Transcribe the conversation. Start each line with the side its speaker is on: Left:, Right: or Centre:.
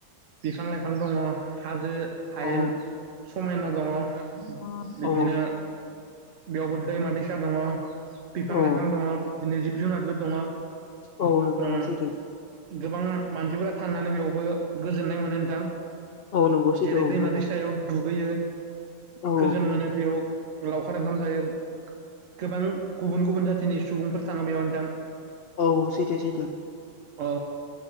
Right: बिफां लाइफां दङ हाजो हायेन
Left: औ
Right: समायना दङ
Left: औ
Right: बिब्दिनो
Left: औ
Right: बेयावबो दैमा दैसा दङ बिफां
Left: औ
Right: लाइफां दङ बिदिनो जिब जुनारबो दङ
Left: औ थानोंथां
Right: उम
Left: औ सैथो
Right: गोबां मानसिफोरा थांनानै बेयावबो गोजोननाय मोनो नोंथां <inaudible>
Left: औ नंगौ सैथो
Right: जेरै
Left: औ
Right: दैमा
Left: नोंथां
Right: दै सायाव दुगैयो
Left: औ
Right: गोजोन मोनो बेयाव लावखार ओंं खाम जायो गोबां गुबुन गुबुन जाथिनि सुबुंफोर थाङो बेयाव नोंथां
Left: औ सैथो सैथो
Right: औ